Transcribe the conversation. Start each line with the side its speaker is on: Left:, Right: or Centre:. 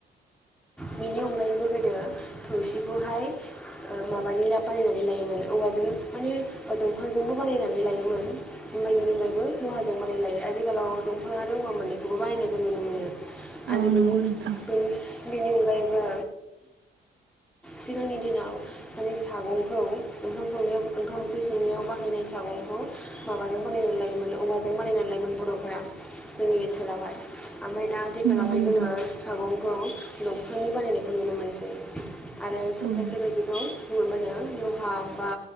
Centre: बिनि अनगायैबो गोदो थौसिखौहाय ओ माबानि ला बानायनानै लायोमोन औवाजों मानि दंफांजोंबो बानायनानै लायोमोन। <unintelligible> अनगायैबो लहाजों बानायना लायो आजिखालाव दंफां आरो औवा मोननैखौबो बाहायनायखौ नुनो मोनो। आरो
Right: औ नंगौ
Centre: बेनि
Right: नोंथां
Centre: बेनि बेनि अनगायैबो सिगांनि दिनाव माने सागंखौ ओंखाम संनायाव ओंखाम ओंख्रि संनायाव बाहायनाय सागंखौ माबाजों बानायनानै लायोमोन औवाजों बानायनानै लायोमोन बर'फोरा जोंनि ओनसोलावहाय। ओमफ्राय दा आथिखालावहाय
Right: नंगौ नोंथां
Centre: जोङो सागंखौ दंफांनि बानायनायखौ नुनो मोनोसै। आरो
Right: औ
Centre: खायसे खायसेखौ <unintelligible> मोनो लहा बा